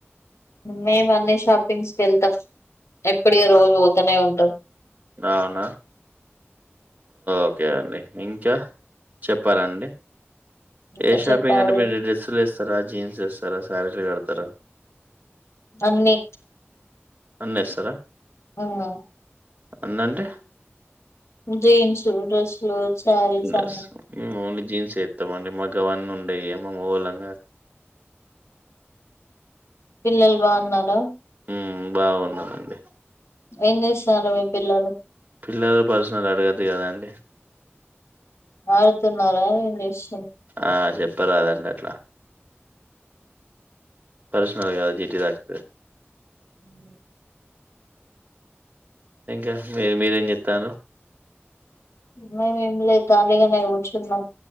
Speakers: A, on the left; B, on the right.
A: మేమ్ అన్నీ షాపింగ్స్కి ఏళ్తం ఏప్పుడే రోజు ఒతనే ఉంటం
B: అవున ఒకే అండి ఇంకా చెప్పారండి
A: ఇంకా
B: ఏ షాపింగ్
A: చెప్పాలి
B: అంటే మీర్ డ్రెస్సులు వేస్తర జీన్స్ వేస్తర శారీకడ్తర్ ఆ
A: అన్నీ
B: అన్నీ ఏస్తర
A: హ్మ్
B: అన్అంటె
A: జీన్సులు డ్రెస్సులు శారీస్ అన్ని
B: వేస్తాం మేము ఓన్లీ జీన్స్ ఏతంమండి మాక్ గవన్నీ ఉండయ్ మగవాళంగా
A: పిల్లల్ బాన్నారా
B: హ్మ్ బావున్నారండి
A: ఏంచెస్తారు మీ పిల్లలు
B: పిల్లల్ పర్సనల్ అడగొదుకద అండి
A: వాడుతున్నార ఇంగ్లీష్
B: ఆ చెప్పరదండి అట్ల పర్సనల్ గా జిట్టి తాక్త
A: హ్మ్
B: ఇంక మీర్ మీరెం చేస్తారు.
A: మేమ్ ఏంలే కాలిగనె కుర్చున్నాం.